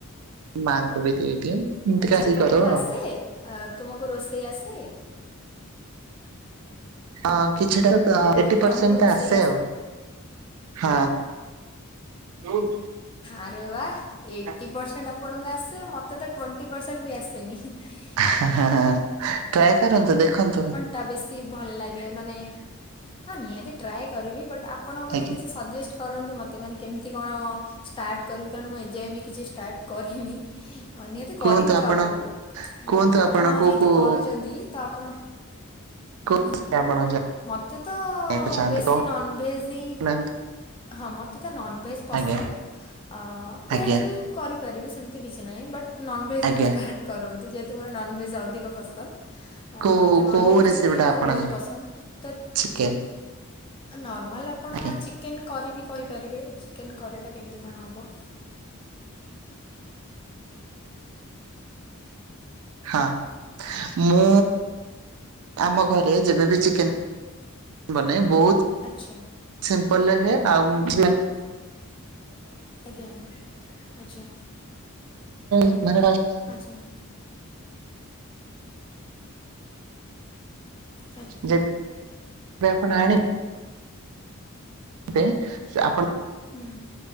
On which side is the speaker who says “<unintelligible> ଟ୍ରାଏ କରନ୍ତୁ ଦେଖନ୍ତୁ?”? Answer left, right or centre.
Right